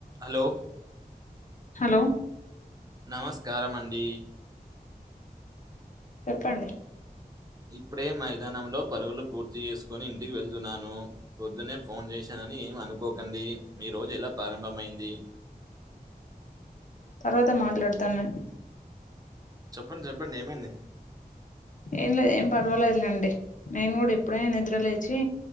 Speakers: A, on the right; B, on the left.
A: Hello
B: hello
A: నమస్కారం అండి
B: చెప్పండి
A: ఇప్పుడే మైదానంలో పరుగులు పూర్తి చేసుకొని ఇంటికి వెళ్తున్నాను. పొద్దునే ఫోన్ చేశానని ఏం అనుకోకండి మీ రోజు ఎలా ప్రారంభమైంది
B: తర్వాత మాట్లాడతాను
A: చెప్పండి చెప్పండి ఏమైంది?
B: ఏం లేదు ఏం పర్వాలేదులేండి నేను కూడా ఇప్పుడే నిద్ర లేచి